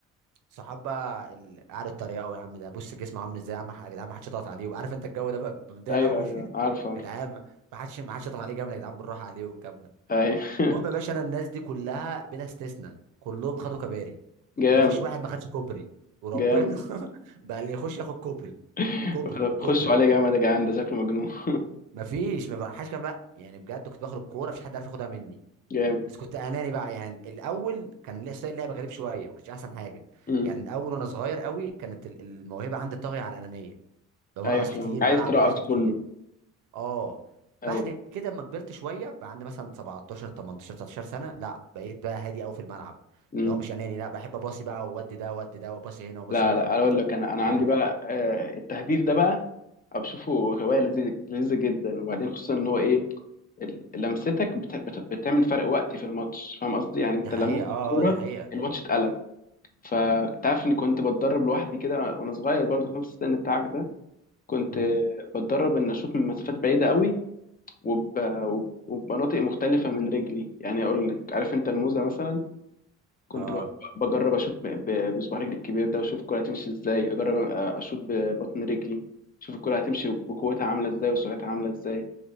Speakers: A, on the right; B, on the left.
A: صحاب بقى ال- قعدوا اتريقوا يا عم ده بص جسمه عامل ازاي يا عم يا جدعان ما حدش يضغط عليه وعارف انت الجو ده بقى مضايق
B: ايوه
A: قوي
B: ايوه
A: <laughs> يا
B: عارف عارف
A: جدعان ما حدش ما حدش يضغط عليه جامد يا جدعان بالراحه عليه والكلام ده
B: ايوه <laughs>
A: المهم يا باشا انا الناس دي كلها بلا استثناء كلهم خدوا كباري
B: جامد
A: مفيش واحد ما خدش كوبري وربنا
B: جامد
A: <laughs> بقى اللي يخش ياخد كوبري
B: <laughs>
A: كوبري كوبري
B: خشوا عليه جامد يا جدعان ده شكله مجنون <laughs>
A: مفيش ما بقاش كمان يعني بجد كنت باخد الكوره مفيش حد عارف ياخدها مني
B: جامد
A: بس كنت اناني بقى يعني الاول كان ليه ستايل لعب غريب شويه ما كانش احسن حاجه
B: امم
A: يعني الاول وانا صغير قوي كانت ال- الموهبه عندي طاغيه على الانانيه بمرقص
B: ايوه
A: كتير
B: فاهمك عايز
A: بلعب
B: ترقص
A: لوحدي كتير
B: كله
A: اه
B: ايوه
A: بعد كده اما كبرت شويه بقى عندي مثلا 17 18 19 سنه لا بقيت بقى هادي قوي في الملعب
B: امم
A: اللي هو مش اناني لا بحب اباصي بقى وودي ده ودي ده وباصي هنا وباصي
B: لا
A: هنا
B: لا اقول لك انا انا عندي
A: فاهم
B: بقى آه، التهديف ده بقى أنا بشوفه هوايه لذيذه لذيذه جدا وبعدين خصوصا ان هو ايه ال- لمستك بت بت بتعمل فرق وقت في الماتش فاهم قصدي يعني انت
A: دي حقيقة
B: لمست
A: اه
B: الكوره
A: اه دي حقيقة
B: الماتش اتقلب فانت عارف اني كنت بتدرب لوحدي كده وانا صغير برضه في نفس السن بتاعك ده كنت
A: امم
B: بتدرب ان اشوط من مسافات بعيده قوي وب... وب- وبمناطق مختلفه من رجلي يعني اقول لك عارف انت الموزه مثلا كنت
A: اه
B: ب- بجرب اشوط ب- ب- بصباح رجلي الكبير ده واشوف الكرة هتمشي ازاي اجرب أ- اشوط ببطن رجلي اشوف الكرة هتمشي بقوتها عاملة ازاي وسرعتها عاملة ازاي